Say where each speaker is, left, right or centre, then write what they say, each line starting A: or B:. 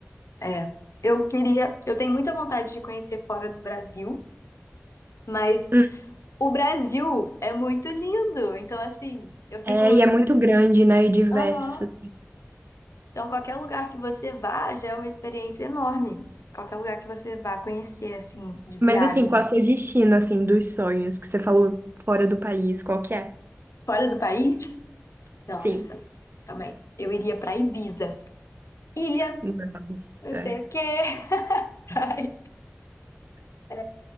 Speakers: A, on the left; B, on the right.
A: é. Eu queria. Eu tenho muita vontade de conhecer fora do Brasil, mas
B: Hum.
A: o Brasil é muito lindo. Então, assim, eu fico.
B: É, e é muito grande, né? E diverso.
A: Aham. Então, qualquer lugar que você vá já é uma experiência enorme. Qualquer lugar que você vá conhecer, assim, de viagem
B: Mas assim, qual é o seu destino, assim, dos sonhos que você falou fora do país? Qual que é?
A: fora do país. Nossa,
B: Sim.
A: calma aí. Eu iria pra Ibiza. Ilha,
B: Nossa.
A: não sei o quê. <laughs> Praia, É,